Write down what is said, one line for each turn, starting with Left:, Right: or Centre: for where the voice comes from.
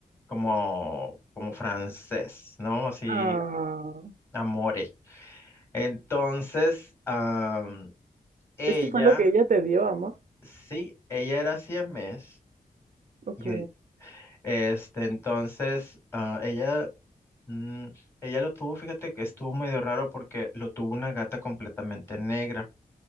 Left: como, como francés, ¿no? Así,
Right: Ah,
Left: amore. Entonces, am, ella,
Right: es que fue lo que ella te dio, amor.
Left: sí, ella era siamés.
Right: Ok.
Left: Y ahorita- este, entonces, ah, ella, mm, ella lo tuvo, fíjate que estuvo medio raro porque lo tuvo una gata completamente negra.